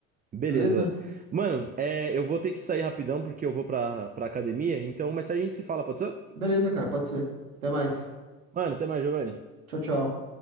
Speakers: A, on the right (about 20°); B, on the right (about 75°).
A: Beleza.
B: beleza?
A: Mano, é, eu vou ter que sair rapidão porque eu vou pra, pra academia, então mais tarde a gente se fala, pode ser?
B: Beleza, cara, pode ser. Até mais.
A: Mano, até mais, Giovanni.
B: Tchau, tchau.